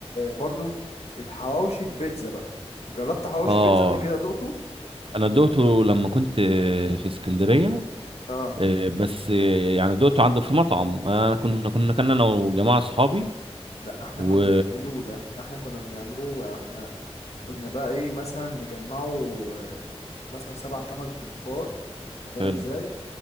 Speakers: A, on the left; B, on the right.
A: برضو الحواوشي البيتزا بقى جربت حواوشي
B: اه
A: بيتزا قبل كده دقته
B: انا دقته لما كنت آه، في اسكندريه
A: اه
B: آه، بس آه، يعني دقته عند في مطعم انا كنا كنا كنا انا وجماعه اصحابي
A: لا احنا
B: و
A: كنا بنعمله ده احنا كنا بنعمله احنا كنا بقى ايه مثلا نجمعه آه، مثلا سبع تمن تنفار انت فاهم
B: حلو
A: ازاي